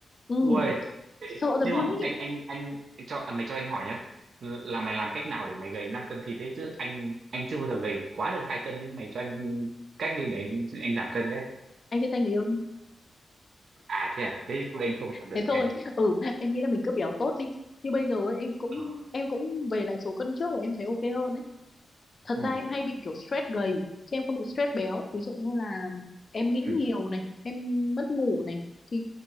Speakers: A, on the left; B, on the right.
A: ừ
B: ui
A: sợ thật
B: nhưng
A: luôn
B: mà
A: ấy
B: anh anh anh cho à, mày cho anh hỏi nhá là mày làm cách nào để mày gầy 5 cân thịt đấy chứ anh anh chưa bao giờ gầy quá được hai cân đấy mày cho anh cách đi để anh anh giảm cân đấy
A: anh chia tay người yêu đi
B: à thế à thế thì tôi anh không làm được
A: thế thôi
B: em ạ
A: ừ em nghĩ là mình cứ béo tốt đi như bây giờ ấy, em cũng
B: Ờ.
A: em cũng về lại số cân trước và em thấy ok hơn đấy thật
B: ừ.
A: ra em hay bị kiểu stress gầy chứ em không bị stress béo ví dụ như là em nghĩ
B: Ừ.
A: nhiều này em mất ngủ này thì